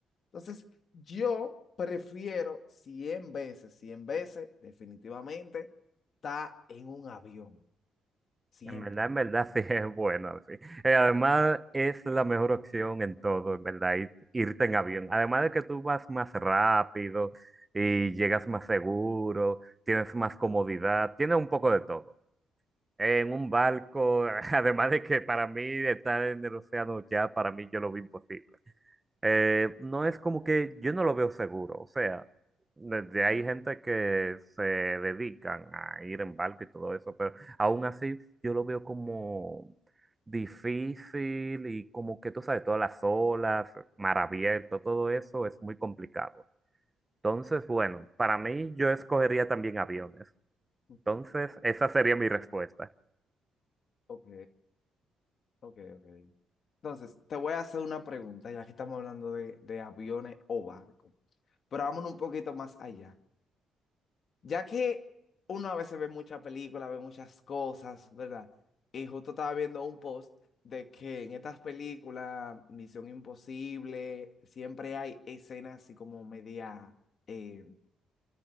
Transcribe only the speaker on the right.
En verdad, en verdad <laughs> sí es bueno, sí. Eh, además es la mejor opción en todo, en verdad, ir- irte en avión. Además de que tú vas más rápido y llegas más seguro, tienes más comodidad, tiene un poco de todo. En un barco, <laughs> además de que para mí estar en el océano ya, para mí yo lo vi imposible. Eh, no es como que yo no lo veo seguro, o sea, desde hay gente que se dedican a ir en barco y todo eso, pero aún así yo lo veo como difícil y como que tú sabes, todas las olas, mar abierto, todo eso es muy complicado. Entonces, bueno, para mí yo escogería también aviones.
Entonces, esa sería mi respuesta.